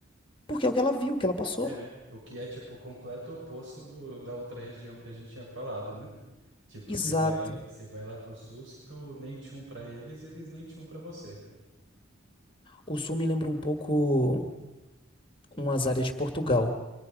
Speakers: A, on the left; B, on the right.
A: Porque é o que ela viu, o que ela passou.
B: é. O que é, tipo, o completo oposto do, da outra região que a gente tinha falado, né? Tipo,
A: Exato.
B: você vai, você vai lá pro sul, se tu nem tinha um pra eles, eles nem tinham um pra você.
A: O sul me lembra um pouco umas áreas de Portugal.